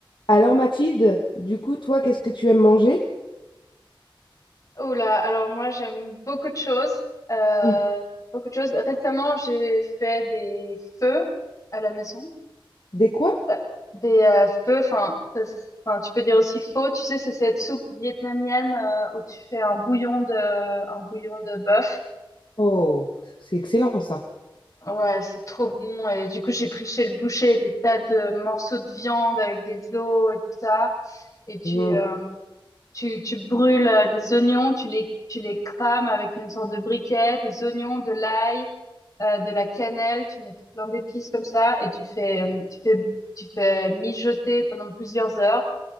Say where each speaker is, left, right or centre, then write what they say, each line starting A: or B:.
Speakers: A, on the left; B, on the left.
A: Alors Mathilde, du coup, toi, qu'est-ce que tu aimes manger?
B: Oula, alors moi j'aime beaucoup de choses. Euh,
A: Mm.
B: j'aime beaucoup de choses. Récemment, j'ai fait des feux à la maison.
A: Des quoi?
B: Euh, des euh, feux, enfin, ça s- enfin, tu peux dire aussi faux. Tu sais, c'est cette soupe vietnamienne euh, où tu fais un bouillon de, un bouillon de bœuf.
A: Oh, c'est excellent ça.
B: Ouais, c'est trop bon. Et du coup, j'ai pris chez le boucher des tas de morceaux de viande avec des os et tout ça. Et tu,
A: Mm,
B: euh, Tu, tu brûles euh, des oignons, tu les, tu les crames avec une sorte de briquet, des oignons, de l'ail, euh, de la cannelle, tu mets tout plein d'épices comme ça et tu fais, euh, tu fais, tu fais mijoter pendant plusieurs heures